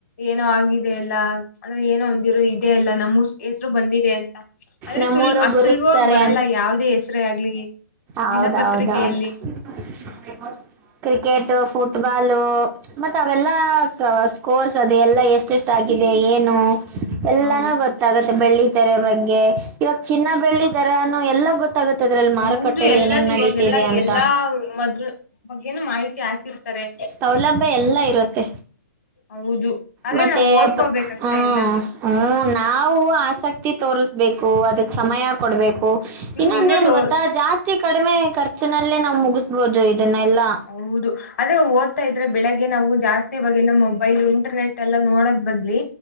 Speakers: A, on the left (about 55°); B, on the right (about 20°).
A: ಏನೋ ಆಗಿದ ಅಲ್ಲ ಅಂದ್ರೆ ಏನೋ ಒಂದಿರು ಇದದೆ ಅಲ್ಲ ನಮ್ಮ ಹೆಸ್ರು ಬಂದಿದೆ ಅಂತ ಆದ್ರೆ
B: ನಮ್ಮೂರು
A: ಸುಲ್ ಅ
B: ಗುರುಸ್ತಾರೆ
A: ಸುಲಭವಾಗಿ ಬರಲ್ಲ ಯಾವ್ದೇ ಹೆಸರು ಆಗ್ಲಿ
B: ಹೌದು
A: ದಿನಪತ್ರಿಕೆಯಲ್ಲಿ
B: ಹೌದುಕ್ರಿಕೆಟ್ ಫುಟ್ಬಾಲು ಮತ್ತ ಅವೆಲ್ಲಾ ಸ್ಕೋರ್ಸ್ ಅದೆ ಎಲ್ಲಾ ಎಷ್ಟ ಎಷ್ಟ ಆಗಿದೆ ಏನು ಎಲ್ಲಾನೂ
A: ಹೌ
B: ಗೊತ್ತಾಗುತ್ತೆ ಬೆಳ್ಳಿ ತರೆ ಬಗ್ಗೆ ಇವಾಗ ಚಿನ್ನ ಬೆಳ್ಳಿ ತರಾನು ಎಲ್ಲ ಗೊತ್ತಾಗುತ್ತೆ ಅದ್ರಲ್ಲಿ ಮಾರುಕಟ್ಟೆಯಲ್ಲಿ
A: ಹೌದು ಎಲ್ಲದ
B: ಏನೇನ್
A: ಇವಾಗ
B: ನಡೀತಿದೆ
A: ಎಲ್ಲಾ
B: ಅಂತ
A: ಎಲ್ಲಾ ಮದ್ಲು ಬಗ್ಗೆನು ಮಾಹಿತಿ ಆ ಹಿರ್ತಾರೆ
B: ಸೌಲಭ್ಯ ಎಲ್ಲ ಇರುತ್ತೆ
A: ಹೌದು ಆದ್ರೆ
B: ಮತ್ತೆ
A: ನಾವ್ ಓದ್ಕೋಬೇಕಷ್ಟೆ
B: ಹ್ಮ್
A: ಎಲ್ಲದು
B: ಹ್ಮ ನಾವು ಆಸಕ್ತಿ ತೋರಿಸ ಬೇಕು ಅದಕ್
A: ಹ್ಮ್
B: ಸಮಯ ಕೊಡ್ಬೇಕು
A: ನೀನ್
B: ಇನ್ನೊಂದ
A: ಇನ್ನೊಂದು
B: ಏನ್ ಗೊತ್ತಾ ಜಾಸ್ತಿ ತಿ ಕಡಿಮೆ ಖರ್ಚಿನಲ್ಲೇ ನಾವು ಮುಗಿಸಬಹುದು ಇದನ್ನೆ ಎಲ್ಲಾ
A: ಹೌದು ಅದೇ ಓದ್ತಾ ಇದ್ರೆ ಬೆಳಿಗ್ಗೆ ನಾವು ಜಾಸ್ತಿ ಇವಾಗೆಲ್ಲ ಮೊಬೈಲ್ ಇಂಟರ್ನೆಟ್ ಎಲ್ಲಾ ನೋಡೋದ್ ಬದ್ಲಿ